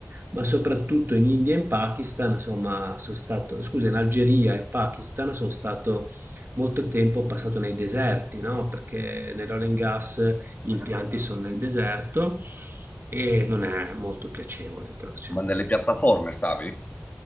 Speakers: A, on the right (about 65°); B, on the left (about 40°).
A: ma soprattutto in India e in Pakistan, insomma, sono stato, scusa, in Algeria e Pakistan sono stato molto tempo passato nei deserti, no? Perché nel oil and gas gli impianti sono nel deserto e non è molto piacevole, però sicuro.
B: Ma nelle piattaforme stavi?